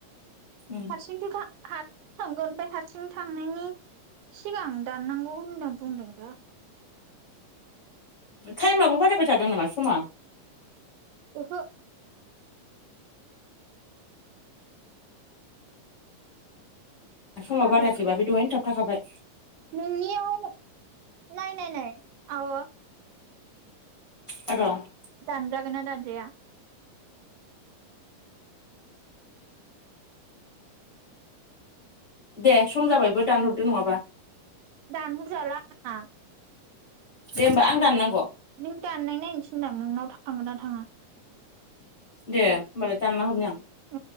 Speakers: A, on the left; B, on the right.
A: उम,
B: हारसिंसोखा थांगोन ओमफ्राय हारसिं थांनायनि सिगां दाननांगौ होनना बुंदों दा
A: टाइमाबो बारायबाय थादों नामा समा
B: ओहो।
A: समाव
B: बारायाखै
A: बारायानो जोबाखै दहायनो थाबथाखाबाय
B: नोंनियाव नायनाय नाय आब'
A: र'
B: दानजागोना दानजाया
A: दे सम जाबायबो दानहरदो नङाबा
B: दानहर जाला आंना
A: दे होमबा आं दाननांगौ
B: नों दाननाय नायनो थिनदां नोंनाव थांगोना थाङा
A: दे होमबालाय दानना हरनि आं
B: औ